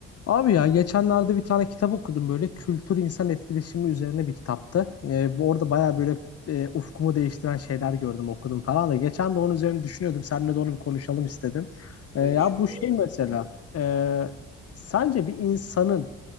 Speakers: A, on the left; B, on the right.
A: Abi ya geçenlerde bir tane kitap okudum böyle kültür insan etkileşimi üzerine bir kitaptı. Ee, bu orada baya böyle e, ufkumu değiştiren şeyler gördüm okudum falan da. Geçen de onun üzerine düşünüyordum. Seninle de onu bir konuşalım istedim.
B: Ne
A: Ee, ya
B: düşünür
A: bu
B: abi?
A: şey mesela e, sence bir insanın